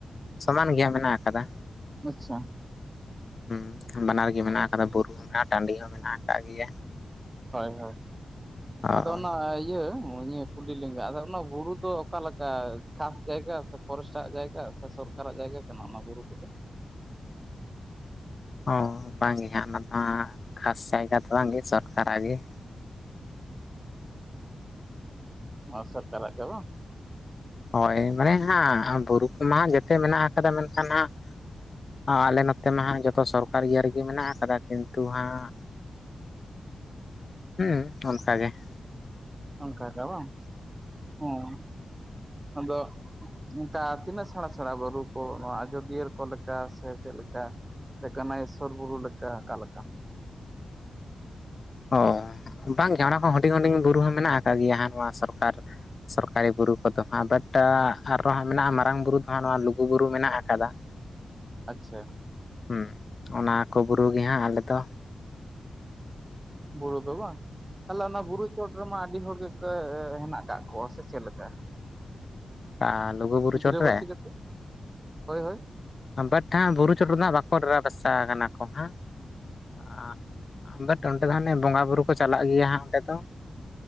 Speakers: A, on the left; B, on the right.
A: ᱥᱚᱢᱟᱱ ᱜᱮ ᱦᱟᱸᱜ ᱢᱮᱱᱟᱜ ᱠᱟᱫᱟ᱾
B: ᱟᱪᱪᱷᱟ
A: ᱦᱩᱸ ᱵᱟᱱᱟᱨ ᱜᱮ ᱢᱮᱱᱟᱜ ᱟᱠᱟᱫᱟ ᱵᱩᱨᱩ ᱦᱚᱸ ᱢᱮᱱᱟᱜᱼᱟ ᱴᱟᱺᱰᱤ ᱦᱚᱸ ᱢᱮᱱᱟᱜ ᱟᱠᱟᱜ ᱜᱮᱭᱟ᱾
B: ᱦᱚ
A: ᱦᱳᱭ
B: ᱟᱫᱚᱱᱼᱼ ᱟᱹ ᱤᱭᱟᱹ ᱱᱤᱭᱟᱹ ᱠᱩᱞᱤ ᱞᱮᱸᱜᱟ ᱟᱫᱚ ᱚᱱᱟ ᱵᱩᱨᱩ ᱫᱚ ᱚᱠᱟᱞᱮᱠᱟ ᱠᱷᱟᱥ ᱡᱟᱭᱜᱟ ᱥᱮ ᱯᱷᱚᱨᱮᱥᱴᱟᱜ ᱡᱟᱭᱜᱟ ᱥᱮ ᱥᱚᱨᱟᱨᱼᱼ ᱠᱟᱨ-ᱟᱜ ᱡᱟᱭᱜᱟ ᱠᱟᱱᱟ ᱚᱱᱟ ᱵᱩᱨᱩ ᱠᱚᱫᱚ?
A: ᱚ ᱵᱟᱝ ᱜᱮ ᱦᱟᱸᱜ ᱱᱟᱦᱟ ᱠᱷᱟᱥ ᱡᱟᱭᱜᱟ ᱫᱚ ᱵᱟᱝᱜᱮ ᱥᱚᱨᱠᱟᱨᱟᱜ ᱜᱮ ᱾
B: ᱚ ᱥᱚᱨᱠᱟᱨ-ᱟᱜ ᱜᱮ ᱵᱟᱝ?
A: ᱦᱳᱭ ᱢᱮᱦᱟ ᱦᱟᱸ ᱵᱩᱨᱩ ᱠᱚᱢᱟ ᱡᱮᱛᱮ ᱢᱮᱱᱟᱜ ᱠᱟᱫᱟ ᱢᱮᱱᱠᱷᱟᱱ ᱦᱟᱸᱜ ᱟᱞᱮ ᱱᱚᱛᱮ ᱢᱟ ᱦᱟᱸᱜ ᱡᱚᱛᱚ ᱥᱚᱨᱠᱟᱨ ᱤᱭᱟᱹ ᱨᱮᱜᱮ ᱢᱮᱱᱟᱜ ᱟᱠᱟᱫᱟ ᱠᱤᱱᱛᱩ ᱦᱟᱸᱜ, ᱦᱩᱸ ᱚᱱᱠᱟᱜᱮ ᱾
B: ᱚᱱᱠᱟ ᱜᱮ ᱟᱫᱚ ᱦᱩᱸ ᱟᱫᱚ ᱚᱱᱠᱟ ᱛᱤᱱᱟᱹᱜ ᱥᱮᱬᱟ ᱥᱮᱬᱟ ᱵᱩᱨᱩ ᱠᱩ ᱱᱚᱣᱟ ᱟᱡᱚᱫᱤᱭᱟᱹ ᱠᱚ ᱞᱮᱠᱟ ᱥᱮ ᱪᱮᱫ ᱞᱮᱠᱟ‌? ᱥᱮ ᱠᱟᱱᱟᱭ ᱤᱥᱥᱚᱨ ᱵᱩᱨᱩ ᱞᱮᱠᱟ ᱚᱠᱟ ᱞᱮᱠᱟ?
A: ᱚ ᱵᱟᱝᱜᱮ ᱚᱱᱟ ᱦᱚᱸ ᱦᱩᱰᱤᱝ ᱦᱩᱰᱤᱝ ᱵᱩᱨᱩ ᱦᱚᱸ ᱢᱮᱱᱟᱜ ᱟᱠᱟᱜ ᱜᱮᱭᱟ ᱦᱟᱸᱜ ᱱᱚᱣᱟ ᱥᱚᱨᱠᱟᱨ ᱥᱚᱨᱠᱟᱨᱤ ᱵᱩᱨᱩ ᱠᱚᱫᱚ ᱦᱟᱸᱜ ᱵᱟᱴ ᱟᱨᱚᱸ ᱦᱟᱸᱜ ᱢᱮᱱᱟᱜᱼᱟ ᱢᱟᱨᱟᱝ ᱵᱩᱨᱩ ᱫᱚ ᱦᱟᱸᱜ ᱱᱚᱣᱟ ᱞᱩᱜᱩᱵᱩᱨᱩ ᱢᱮᱱᱟᱜ ᱟᱠᱟᱫᱟ ᱾
B: ᱟᱪᱪᱷᱟ ᱾
A: ᱦᱩᱸ, ᱚᱱᱟᱠᱚ ᱵᱩᱨᱩ ᱜᱮ ᱦᱟᱸᱟᱜ ᱟᱞᱮ ᱫᱚ
B: ᱵᱩᱨᱩ ᱫᱚ ᱵᱟᱝ? ᱛᱟᱦᱚᱞᱮ ᱚᱱᱟ ᱵᱩᱨᱩ ᱪᱳᱴ ᱨᱮ ᱢᱟ ᱟᱹᱰᱤ ᱦᱚᱲ ᱜᱮ ᱠᱮᱻ ᱦᱮᱱᱟᱜ ᱟᱠᱟᱜ ᱠᱚᱣᱟ ᱥᱮ ᱪᱮᱫ ᱞᱮᱠᱟ?
A: ᱟᱨ ᱞᱩᱜᱩ ᱵᱩᱨᱩ
B: ᱜᱤᱨᱟᱹ
A: ᱪᱚᱴᱨᱮ
B: ᱵᱟᱥᱤ ᱠᱟᱛᱮ ᱾ ᱦᱳᱭ ᱦᱳᱭ!
A: ᱵᱟᱴ ᱦᱟᱸᱜ ᱵᱩᱨᱩ ᱪᱚᱴ ᱨᱮᱫᱚ ᱦᱟᱸᱜ ᱵᱟᱠᱚ ᱰᱮᱨᱟ ᱵᱟᱥᱥᱟ ᱠᱟᱱᱟ ᱠᱚ ᱦᱟᱸᱜ ᱾ ᱟᱻ ᱵᱟᱴ ᱚᱸᱰᱮ ᱫᱚ ᱦᱟᱱᱮ ᱵᱚᱸᱜᱟ ᱵᱩᱨᱩ ᱠᱚ ᱪᱟᱞᱟᱜ ᱜᱮᱭᱟ ᱦᱟᱸᱜ ᱚᱸᱰᱮ ᱫᱚ ᱾